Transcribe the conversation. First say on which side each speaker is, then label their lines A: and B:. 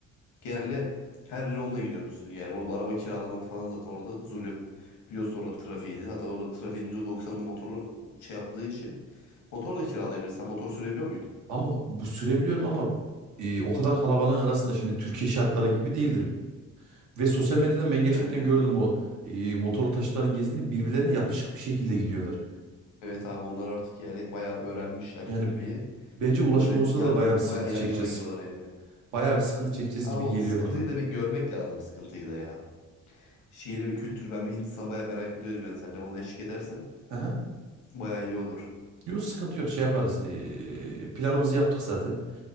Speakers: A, on the left; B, on the right.
A: Genelde
B: Hmm.
A: her yere onunla gidiyormuşsun yani. Orada araba kiralamak falan zaten orada zulüm. Biliyorsun oranın trafiğini. Hatta orada trafiğin %90'ını motorla şey yaptığı için. Motor da kiralayabilirsen motor sürebiliyor muydun?
B: Ama bu sürebiliyorum ama e, o kadar kalabalığın arasında şimdi Türkiye şartları gibi değildir. Ve sosyal medyadan ben gerçekten
A: Yani
B: gördüm o e, motorlu taşıtların gezdiğini birbirlerine yapışık bir şekilde gidiyorlar.
A: evet abi onlar artık yani bayağı öğrenmişler
B: Yani
A: sürmeyi.
B: bence ulaşım
A: Böyle
B: konusunda
A: yan
B: da bayağı
A: yana,
B: bir sıkıntı
A: bayağı yan
B: çekeceğiz.
A: yana gidiyorlar yani.
B: Bayağı bir sıkıntı çekeceğiz
A: Abi
B: gibi
A: o
B: geliyor
A: sıkıntıyı
B: bana.
A: da bir görmek lazım sıkıntıyı da ya. Şiiri bir kültür ben bir Hindistan bayağı merak ediyorum yani sen de bana eşlik edersen
B: Aha.
A: bayağı iyi olur.
B: Yok sıkıntı yok şey yaparız. Ee, planımızı yaptık zaten.